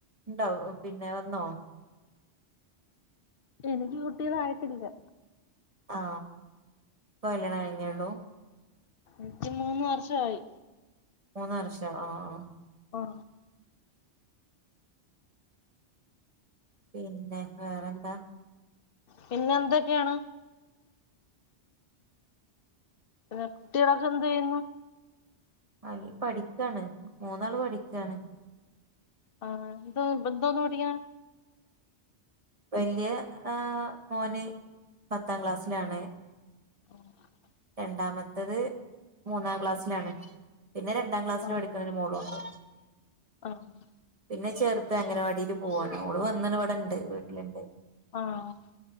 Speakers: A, on the right; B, on the left.
A: ണ്ടോ പിന്നെ വന്നോ?
B: എനിക്ക് കുട്ട്യൊന്നായിട്ടില്ല.
A: ആ പ്പ കല്ല്യാണം കഴിഞ്ഞേള്ളൂ?
B: ഇൻക്ക്മൂന്ന് വർഷയി.
A: മൂന്ന് വർഷം ആ ആ.
B: ഓആ
A: പിന്നെ വേറെന്താ?
B: പിന്നെ എന്തൊക്കെയാണ്? പിന്നെ കുട്ട്യേളൊക്കെ എന്ത് യ്യുന്നു.?
A: അൽ പഠിക്കണ് മൂന്നാള് പഠിക്കാണ്.
B: ആഹ ഇന്തോ ഇന്തോന്ന് പഠിക്ക്ണ്
A: വെല്ല്യ ഏ മോന് പത്താം ക്ലാസ്സിലാണ്.
B: <inaudible>
A: രണ്ടാമത്തത് മൂന്നാ ക്ലാസ്സിലാണ് പിന്നെ രണ്ടാം ക്ലാസ്സില്
B: ആഹ്
A: പഠിക്കണരു മോളുണ്ട്.
B: ആഹ്.
A: പിന്നെ ചെറ്ത് അങ്ങനവാടില് പോവാണ് ഓള് വന്ന്ണ് ഇവടെണ്ട് വീട്ടില്ണ്ട്.
B: ആഹ്..